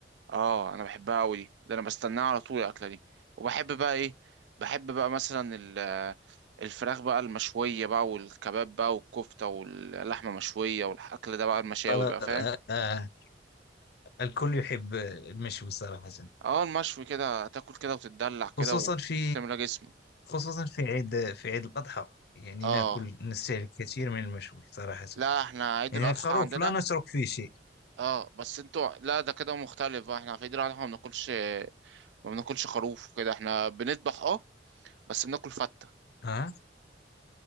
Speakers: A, on the right; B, on the left.
A: اه انا بحبها قوي دي ده انا بستناها على طول الاكلة دي وبحب بقى ايه بحب بقى مثلا ال- آه، الفراخ بقى المشوية بقى والكباب بقى والكفتة واللحمة مشوية والأكل ده بقى المشاوي
B: قال
A: بقى فاهم
B: آه آه الكل يحب المشوي صراحة
A: اه المشوي كده تاكل كده وتتدلع كده
B: خصوصا
A: وتملى
B: في
A: جسمك
B: خصوصا في عيد في عيد الأضحى يعني
A: اه
B: ناكل نستهلك كثير من المشوي صراحة
A: لا احنا عيد
B: يعني
A: الاضحى
B: الخروف
A: عندنا
B: لا نترك فيه شيء
A: اه بس انتوا لا ده كده مختلف بقى احنا في عيد الاضحى ما بناكلش ما بناكلش خروف وكده احنا بنذبح اه بس بناكل فته
B: أها